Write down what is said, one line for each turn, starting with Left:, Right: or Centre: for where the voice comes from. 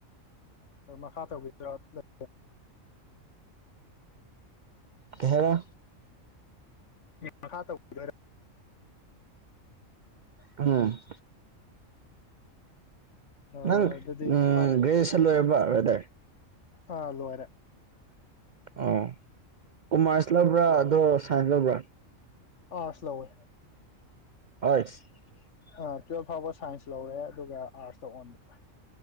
Left: ꯑꯣ ꯃꯈꯥ ꯇꯧꯒꯤꯗ꯭ꯔꯥ ꯂꯩ
Right: ꯀꯩ ꯍꯥꯏꯕꯥ꯫
Left: ꯃꯈꯥ ꯇꯧꯒꯤꯗꫭꯔꯥ꯫
Right: ꯎꯝ
Left: ꯑꯥ,
Right: ꯅꯪ
Left: ꯑꯗꯨꯗꯤ
Right: ꯎꯝ
Left: ꯑꯥ
Right: ꯒ꯭ꯔꯦꯖꯦꯁꯟ ꯂꫭꯏꯔꯕ ꯕ꯭ꯔꯥꯗꯔ꯫
Left: ꯑꯥ ꯂꫭꯏꯔꯦ꯫
Right: ꯑꯣ ꯎꯃ ꯆꯠꯂꯕ꯭ꯔꯥ ꯑꯗꯣ ꯁꯥꯏꯁꯂꯕ꯭ꯔꯥ
Left: ꯑꯥ ꯁꯂꯧꯋꯦ
Right: <unintelligible>
Left: ꯑ ꯇꯨꯋꯦꯜꯐ ꯐꯥꯎꯕ ꯁꯥꯏꯟꯁ ꯂꯧꯔꯦ ꯑꯗꯨꯒ ꯑꯥꯔꯠꯁꯇ ꯑꯣꯟꯕ꯫